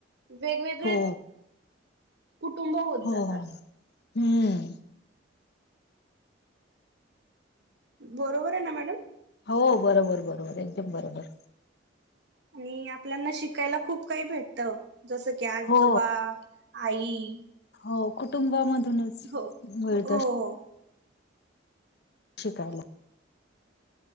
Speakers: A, on the right; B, on the left.
A: वेगवेगळे
B: हो
A: कुटुंब होत
B: हो
A: जातात.
B: हम्म.
A: बरोबर आहे ना मॅडम?
B: हो बरोबर बरोबर एकदम बरोबर.
A: आणि आपल्याना शिकायला खूप काही भेटतं. जसं की आजोबा
B: हो
A: आई.
B: हो कुटुंबामधूनच
A: हो
B: मिळत.
A: हो
B: शिकायल.